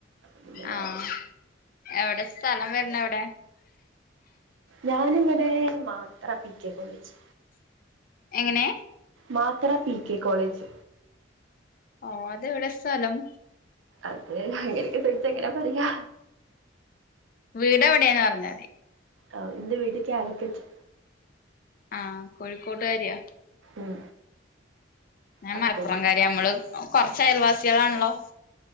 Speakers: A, on the right (about 80°); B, on the left (about 45°).
A: പിന്നെ ഞാന്
B: ആഹ് എവിടെ സ്ഥലം വരണെ എവിടെ?
A: ഞാനിവിടെ മാത്ര പി കെ കോളേജ്.
B: എങ്ങനെ?
A: മാത്ര പി കെ കോളേജ്.
B: ഓഹ് അതെവിടെ സ്ഥലം?
A: അത് അങ്ങനെഓക്കെ ചോയിച്ച എങ്ങന പറയാ.?
B: വീട് എവിടെയാന്ന് പറഞ്ഞാ മതി.
A: ആഹ് ഇന്റെ വീട് കാലിക്കറ്റ്.
B: ആഹ് കോഴിക്കോട്ടുകാരിയാ.
A: ഉം
B: ഞൻ
A: അപ്പം
B: മലപ്പുറം കാര്യ നമ്മള് കൊറചയൽവാസിളാണല്ലോ?